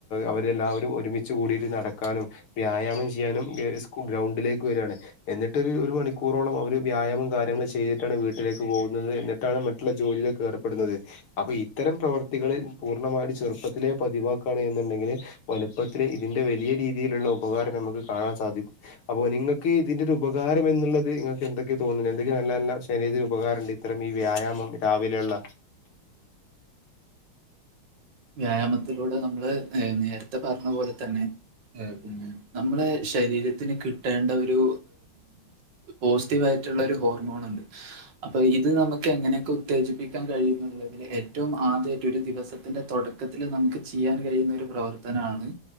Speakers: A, on the left; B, on the right.
A: അവരെല്ലാവരും ഒരുമിച്ച് കൂടിയിട്ട് അവര് നടക്കാനും വ്യായാമം ചെയ്യാനും ഗ്രൗണ്ടിലേക്ക് വരണ്. എന്നിട്ട് ഒരു മണിക്കൂറോളം അവര് വ്യായാമം കാര്യങ്ങൾ ചെയ്തിട്ടാണ് വീട്ടിലേക്ക് പോകുന്നത്, എന്നിട്ടാണ് മറ്റ ജോലിയിലൊക്കെ ഏർപ്പെടുന്നത്. അപ്പൊ ഇത്തരം പ്രവർത്തികള് പൂർണ്ണമായിട്ടയും ചെറുപ്പത്തിലെ പതിവാക്കാണ് എന്നുണ്ടെങ്കില് വലുപ്പത്തില് ഇതിന്റെ വലിയ രീതിയിലുള്ള ഉപകാരം നമുക്ക് കാണാൻ സാധിക്കും. അപ്പൊ നിങ്ങൾക്ക് ഇതിന്റെരു ഉപകാരം എന്നുള്ളത് നിങ്ങൾക്ക് എന്തൊക്കെയ തോന്നുന്നു, എന്തൊക്കെയ നല്ല നല്ല ശരീര ഉപകാരണ്ട്? അത്തരം ഈ വ്യായാമം രാവിലെയുള്ള
B: വ്യായാമത്തിലൂടെ നമ്മള് നേരത്തെ പറഞ്ഞ പോലെ തന്നെ ആഹ് പിന്നെ നമ്മളെ ശരീരത്തിന് കിട്ടേണ്ട ഒരു പോസിറ്റീവ ആയിട്ടുള്ള ഒരു ഹോർമോൺ ഉണ്ട്. അപ്പൊ ഇത് നമുക്ക് എങ്ങനെയൊക്കെ ഉത്തേജിപ്പിക്കാൻ കഴിയുന്നുള്ളതില് ഏറ്റവും ആദ്യമായിട്ട ഒരു ദിവസം ത്തിന്റെ തുടക്കത്തില്ൽ നമുക്ക് ചെയ്യാൻ കഴിയുന്ന ഒരു പ്രവർത്തനമാണ്